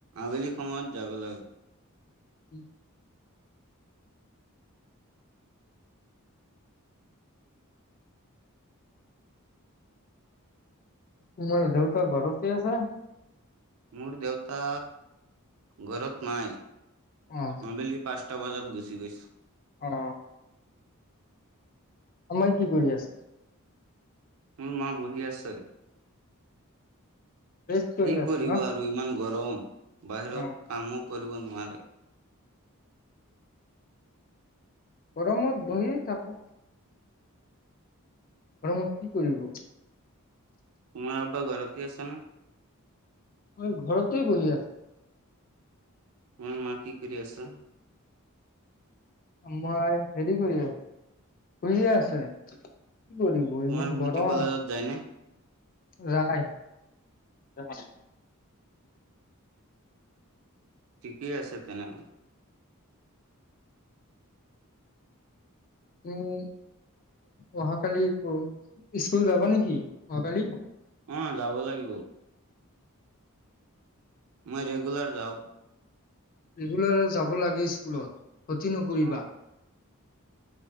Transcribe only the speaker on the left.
উম। তোমাৰ দেউতা ঘৰতে আছে।
অ
অ'। অময় কি কৰি আছে?
ৰেষ্ট কৰি
আছে
ন
অ
গৰমত বহিয়ে থাকোক। গৰমত কি কৰিব?
মই ঘৰতেই বহি আছো।
মই হেৰি কৰি আছো, শুইয়ে আছে। কি কৰিব
ইমান
গৰম
<unintelligible>
মি অহাকালি কু ইস্কুল যাবা নেকি অহাকালি?
ৰেগুলাৰই যাম যাব লাগে স্কুলত, ক্ষতি নকৰিবা।